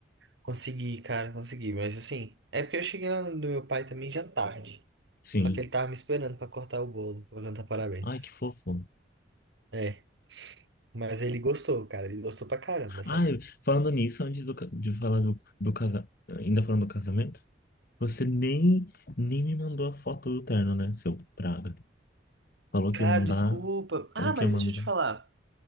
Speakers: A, on the right; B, on the left.
A: Consegui, cara, consegui. Mas assim, é porque eu cheguei lá no do meu pai também já tarde.
B: Sim.
A: Só que ele tava me esperando pra cortar o bolo, pra cantar parabéns.
B: Ai, que fofo.
A: É, mas ele gostou, cara. Ele gostou pra caramba, sabe?
B: Ai, falando nisso, antes do ca- de falar do, do casamento, ainda falando do casamento, você nem, nem me mandou a foto do terno, né, seu praga? Falou
A: Cara,
B: que ia mandar.
A: desculpa. Ah,
B: Falou
A: mas
B: que ia mandar.
A: deixa eu te falar.